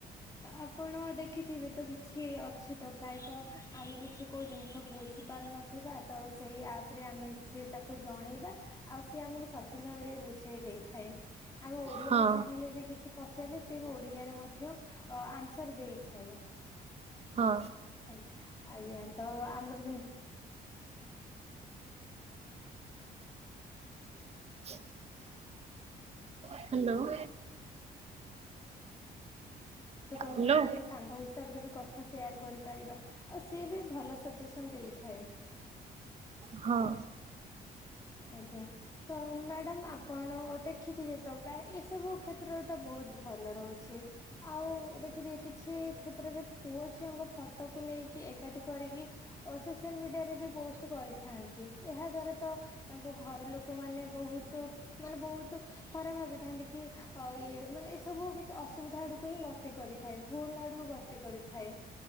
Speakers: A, on the left; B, on the right.
A: ଆପଣ ଦେଖି ଥିବେ ତ କିଛି ଅଛି ତ ପ୍ରାୟତଃ ଆମେ କିଛି କୋଉ ଜିନିଷକୁ ବୁଝିପାରୁନଥିବା ତ ସେଇ ଆପ୍ ରେ ଆମେ କିଛି ତାକୁ ଜଣେଇବା ଆଉ ସେ ଆମକୁ ସଠିକ ଭାବରେ ବୁଝେଇ ଦେଇଥାଏ ଆମ ଓଡିଆରେ
B: ହଁ
A: ଚାହିଁଲେ ବି ପଚାରେ ସେ ବି ଓଡିଆରେ ମଧ୍ୟ ଆସର ଦେଇଥାଏ
B: ହଁ
A: ଆ ଆଜ୍ଞା ତ ଆମର ଯେମିତି
B: <inaudible> ହ୍ୟାଲୋ।
A: ମତେ କହିବାକୁ
B: ହ୍ୟାଲୋ।
A: ଭଲ ସାଙ୍ଗ ହିସାବରେ ବି କଥା ସେୟାର କରିପାରିବା ଆଉ ସିଏ ବି ଭଲ ସଜେସନ୍ ଦେଇଥାଏ।
B: ହଁ।
A: ଆଜ୍ଞା ତ ମ୍ୟାଡାମ ଆପଣ ଦେଖିଥିବେ ତ ପ୍ରାୟ ଏସବୁ କ୍ଷେତ୍ରରେ ତ ବହୁତ ବହୁତ ଭଲ ରହୁଛି ଆଉ ଦେଖ କି କିଛି କ୍ଷେତ୍ରରେ ପୁଅ ଝିଅଙ୍କ ଫଟୋକୁ ନେଇକି ଏକାଠି କରିକି ଓ ସୋସିଆଲ ମିଡିଆ ବି ପୋଷ୍ଟ କରିଥାନ୍ତି ଏହା ଦ୍ଵାରା ତ ତାଙ୍କ ଘର ଲୋକ ଲୋକ ମାନେ ବହୁତ ମାନେ ବହୁତ ଖରାପ ଭାବିଥାନ୍ତି କି ଆଉ ଇଏ ମାନେ ଏ ସବୁ କିଛି ଅସୁବିଧା ଆଡକୁ ହିଁ ଗତି କରିଥାଏ ଭୁଲ ଆଡକୁ ଗତି କରିଥାଏ।